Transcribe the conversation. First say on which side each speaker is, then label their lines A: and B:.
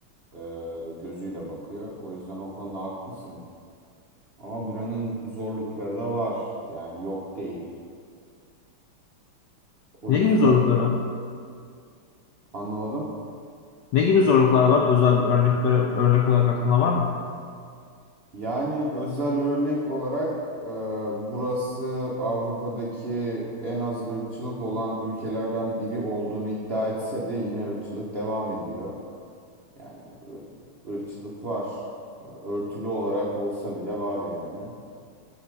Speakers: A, on the right (about 80°); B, on the left (about 80°).
A: e, gözüyle bakıyor. O yüzden o konuda haklısın. Ama buranın zorlukları da var. Yani yok değil. O
B: Ne
A: yüzden
B: gibi zorluklar var?
A: anlamadım.
B: Ne gibi zorluklar var? Özel örnek, böyle örnek olarak aklına var mı?
A: Yani özel örnek olarak e, burası Avrupa'daki en az ırkçılık olan ülkelerden biri olduğunu iddia etse de yine ırkçılık devam ediyor. Yani ı- ırkçılık var. E, Örtülü olarak olsa bile var yani.